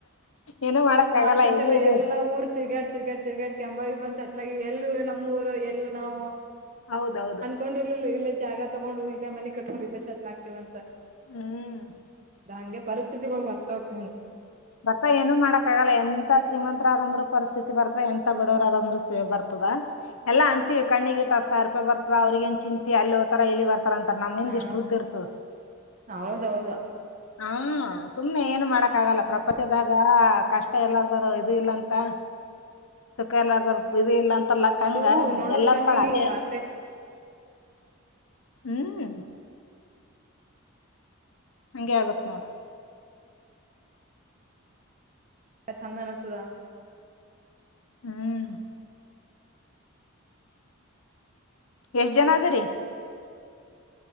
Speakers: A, on the left; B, on the right.
A: ಏನೂ ಮಾಡಕ್
B: ಲಾಸ್ಟ್
A: ಆಗಲ್ಲ
B: ಅಂತಲ್ಲ
A: ಎಲ್ಲಿದು
B: ಎಲ್ಲಾ ಊರ್ ತಿರ್ಗಾಡ್ ತಿರ್ಗಾಡ್ ತಿರ್ಗಾಡ್ ಕೆಂಬ ಬಂದಸಟ್ಲ ಎಲ್ಲ ನಮ್ಮೂರು ಎಲ್ಲ ನಾವು
A: ಹೌದೌದು
B: ಅನ್ಕೊಂಡಿರ್ಲಿಲ್ಲ ಇಲ್ಲ ಜಾಗ ತಗೊಂಡು ಇಲ್ಲೇ ಮನೆ ಕಟ್ಕೊಂಡು ಇಲ್ಲ ಸತ್ಲ ಆಗ್ತವಂತ
A: ಹ್ಮ್.
B: ಅದ ಹಂಗೆ ಪರಿಸ್ಥಿತಿಗಳು ಬರ್ತಾವತ
A: ಬರ್ತಾ ಏನು ಮಾಡಕ್ ಆಗಲ್ಲ ಎಂತ ಶ್ರೀಮಂತ ಅಂದ್ರರು ಪರಿಸ್ಥಿತಿ ಬರ್ತ ಎಂತ ಬಿಡವರ ಅಂದ್ರೆ ಬರ್ತದ ಎಲ್ಲಾ ಅಂತೀವಿ ಕಣ್ಣಿಟ್ಟ ಸಾವಿ ರೂಪಾಯಿ ಬರ್ತದ ಅವ್ರಿ ಏನ್ ಚಿಂತ ಅಲ್ಲಿ ಹೋತಾರ ಎಲ್ಲಿ ಬರ್ತಾರ ಅಂತಾರ ನಮ್ಮಿಂದಿ
B: ಹಾ
A: ಇಷ್ಟು ಉುದ್ದಿ ಇರ್ತ
B: ಹೌದೌದು
A: ಹಾ ಸುಮ್ನೆ ಏನು ಮಾಡಕ್ ಆಗಲ್ಲ ಪ್ರ ಪಚದಾಗ ಕಷ್ಟ ಎಲ್ಲಾರ್ದಾರ ಇದು ಇಲ್ಲ ಅಂತ ಸುಖ ಎಲ್ಲಾರ ಇದು ಇಲ್ಲ ಅಂತಲ್ಲ
B: ಅದು
A: ಕಂಗ
B: ನೋಡೋರ್
A: ಎಲ್ಲಾರ
B: ಕಣ್ಣಿಗೆ
A: ಪಳ ಅದೇ
B: ಅಟ್ಟೆ
A: ಹ್ಮ್ ಹಂಗೆ ಆಗತ್ ನೋಡ
B: ಕ ಛಂದ ನಸದ
A: ಹ್ಮ್ ಎಷ್ಟ ಜನ ಅದರಿ